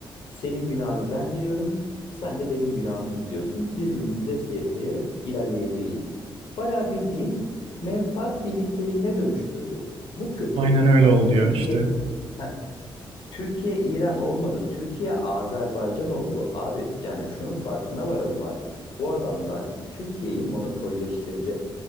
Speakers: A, on the left; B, on the right.
A: Senin günahını ben biliyorum, sen de benim günahımı biliyorsun. Birbirimizi destekleyerek ilerleyeceğiz. Bayağı bildiğin menfaat birlikteliğine dönüştürdü. Bu kötü.
B: Aynen öyle
A: Bak
B: oldu
A: Türkiye,
B: ya işte.
A: heh, Türkiye İran olmadı. Türkiye Azerbaycan oldu. Abi yani şunun farkına varalım artık. Bu adamlar Türkiye'yi monopolleştirdi.